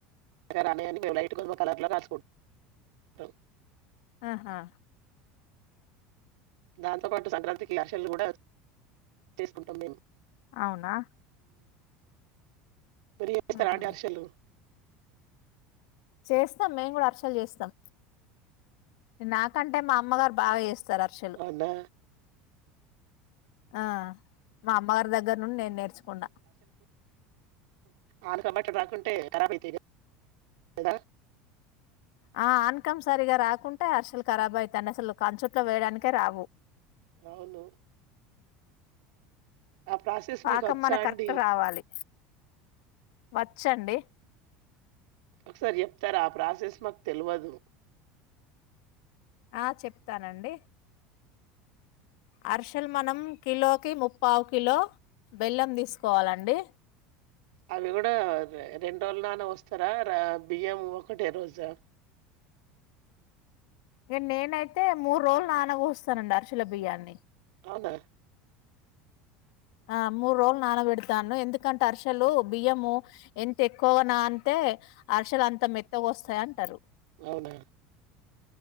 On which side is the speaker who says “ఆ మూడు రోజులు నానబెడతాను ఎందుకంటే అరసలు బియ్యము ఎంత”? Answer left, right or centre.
Left